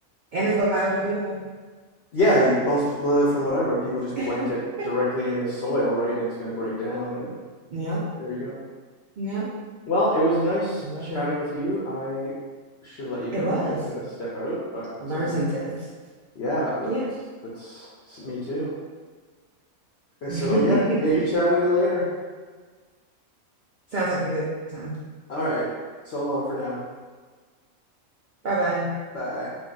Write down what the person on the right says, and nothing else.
And it's biodegradable.
<laughs>
Yeah.
Yeah,
I love
it.
It was.
I learned
some tips.
Yeah.
<laughs>
Sounds like a good time.
Bye bye.